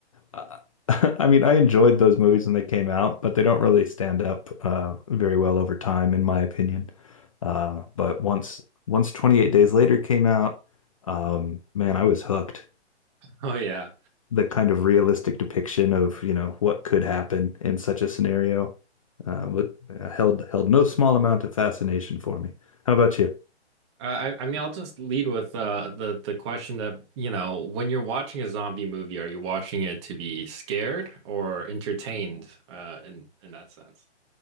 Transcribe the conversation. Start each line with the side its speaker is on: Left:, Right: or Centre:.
Left: uh, I mean, I enjoyed those movies when they came out, but they don't really stand up uh, very well over time, in my opinion. Uh, but once once 28 Days Later came out, um, man, I was hooked.
Right: Oh yeah.
Left: The kind of realistic depiction of, you know, what could happen in such a scenario uh, wa- held held no small amount of fascination for me. How about you?
Right: Uh, I, I mean, I'll just lead with uh, the the question that you know, when you're watching a zombie movie, are you watching it to be scared or entertained? Uh, in in that sense.